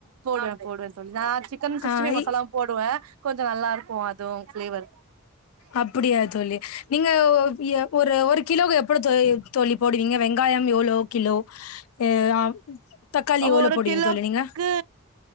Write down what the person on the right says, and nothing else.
போடுவ போடுவ தோழி நா சிக்கன் சிக்ஸ்டி
ஃபைவ் மசாலாவு போடுவ கொஞ்ச நல்லாருக்கும் அதுவு ஃபிளேவர்
ஒரு
கிலோக்கு